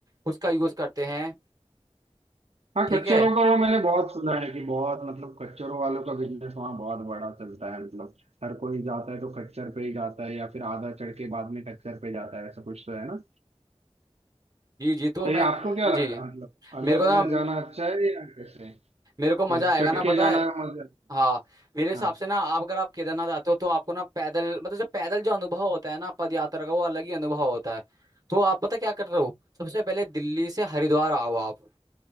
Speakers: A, on the right; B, on the right.
A: उसका यूज करते हैं
B: हाँ
A: ठीक
B: कच्चरों
A: है
B: का वो मैंने बहुत सुना है कि बहुत मतलब कच्चरों वालों का बिजनेस वहाँ बहुत बड़ा चलता है मतलब हर कोई जाता है तो खच्चर पे ही जाता है या फिर आधा चढ़ के बाद में खच्चर पे जाता है ऐसा कुछ तो है ना
A: जी जी तो
B: तो
A: मैं
B: ये आपको क्या लगता
A: जी
B: है मतलब अलग
A: मेरे को ना
B: अलग जाना अच्छा है या कैसे
A: मेरे को मजा
B: चल
A: आएगा
B: चढ़
A: ना पता
B: के जाना
A: है
B: मजा
A: हाँ मेरे हिसाब
B: हाँ
A: से ना आप अगर आप केदारनाथ आते हो तो आपको ना पैदल मतलब जो पैदल जो अनुभव होता है ना पद यात्रा का वो अलग ही अनुभव होता है तो आप पता क्या कर रहे हो सबसे पहले दिल्ली से हरिद्वार आओ आप